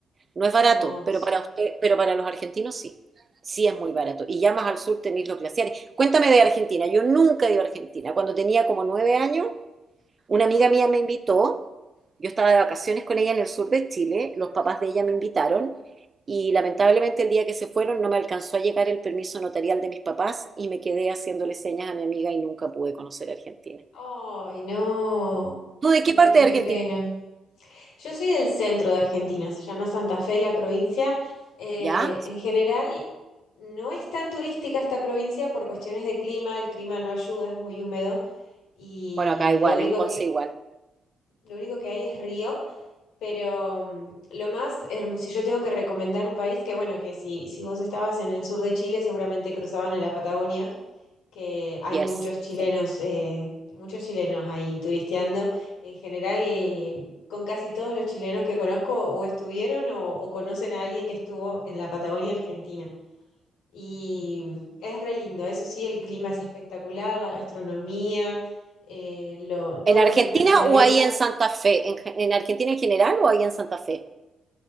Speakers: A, on the right (about 40°); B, on the left (about 80°).
A: No
B: qué
A: es barato,
B: hermoso.
A: pero para usted, pero para los argentinos sí. Sí es muy barato. Y ya más al sur tenéis los glaciares. Cuéntame de Argentina. Yo nunca he ido a Argentina. Cuando tenía como nueve años, una
B: Ajá.
A: amiga mía me invitó. Yo estaba de vacaciones con ella en el sur de Chile. Los papás de ella me invitaron. Y lamentablemente el día que se fueron no me alcanzó a llegar el permiso notarial de mis papás y me quedé haciéndole señas a mi amiga y nunca pude conocer Argentina.
B: Ay, no,
A: ¿Tú de
B: no,
A: qué parte de
B: qué
A: Argentina?
B: pena. Yo soy del centro de Argentina, se llama Santa Fe la provincia. Eh,
A: ¿Ya?
B: en general, no es tan turística esta provincia por cuestiones de clima, el clima no ayuda, es muy húmedo y
A: Bueno, acá igual,
B: lo único
A: en Conce
B: que,
A: igual.
B: lo único que hay es río, pero mm, lo más hermoso, si yo tengo que recomendar un país, que bueno, que si, si vos estabas en el sur de Chile, seguramente cruzaban a la Patagonia que hay
A: Yes.
B: muchos chilenos,
A: sí.
B: eh, muchos chilenos ahí turisteando. En general, eh, con casi todos los chilenos que conozco o estuvieron o, o conocen a alguien que estuvo en la Patagonia Argentina. Y es re lindo, eso sí, el clima es espectacular, la gastronomía, eh, lo, todo
A: ¿En Argentina
B: lo que es naturaleza.
A: o ahí en Santa Fe? ¿En, ge- en Argentina en general o ahí en Santa Fe?